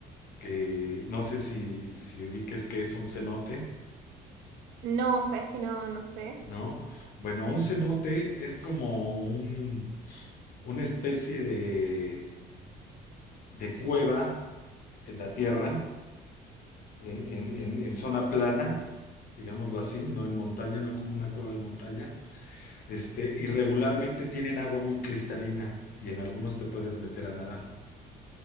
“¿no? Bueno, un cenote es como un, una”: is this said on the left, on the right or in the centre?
Left